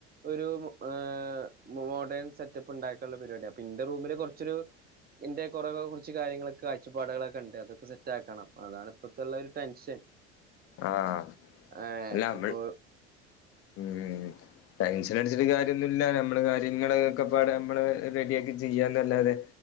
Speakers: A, on the right (about 25°); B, on the left (about 40°).
A: ഒരു ആ.. മോഡേൺ സെറ്റപ്പ് ഉണ്ടാക്കാനുള്ള പരിപാടിയ അപ്പൊ എന്റെ റൂമില് കൊറച്ചൊരു ഇന്റെ കുറേ കുറച്ച് കാര്യങ്ങളൊക്കെ കാഴ്ചപ്പാടുകളൊക്കെ ഉണ്ട് അതൊക്കെ സെറ്റ് ആക്കണം അതാണ് ഇപ്പഴത്തുള്ളൊരു ടെൻഷൻ. <inaudible>
B: ആഹ്
A: ആ
B: ഇല്ലാ മ്മള്
A: ഇപ്പൊ
B: ഉം. ടെൻഷൻ അടിച്ചിട്ട് കാര്യന്നുല്ല നമ്മള് കാര്യങ്ങളൊക്കെ പാടേ നമ്മള് റെഡിയ ആക്കി ചെയ്യാന്നല്ലാതെ